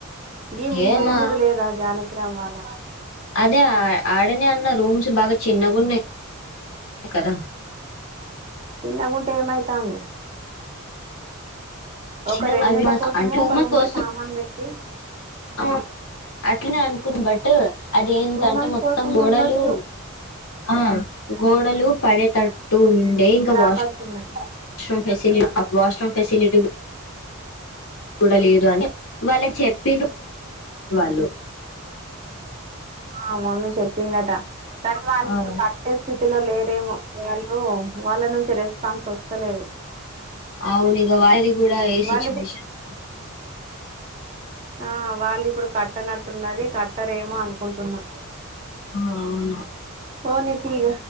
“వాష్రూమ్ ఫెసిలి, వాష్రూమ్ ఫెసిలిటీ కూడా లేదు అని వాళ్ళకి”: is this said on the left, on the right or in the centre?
Left